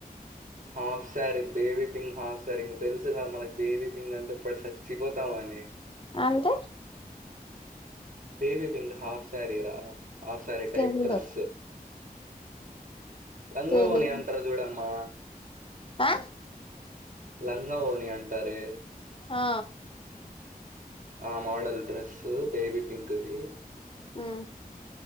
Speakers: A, on the right; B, on the left.
A: హాఫ్ సారీ బేబీ పింగ్ హాఫ్ సారీంగ్ తెలుసు కదా మనకు బేబీ పింగ్ అంటే ఇప్పుడు చచ్చిపోతామ అని
B: అంతే
A: బేవి వింగ్ హాఫ్ సారీరా హాఫ్ సారిీ టైప్
B: తెలీదు
A: డ్రెస్ లంగా
B: తెలీదు
A: వోని అంటారు చూడమ్మా
B: ఆ
A: లంగా పోనీ అంటారే
B: ఆ
A: ఆ మోడన్ డ్రెస్ బేబి పింక్ది
B: హ్మ్మ్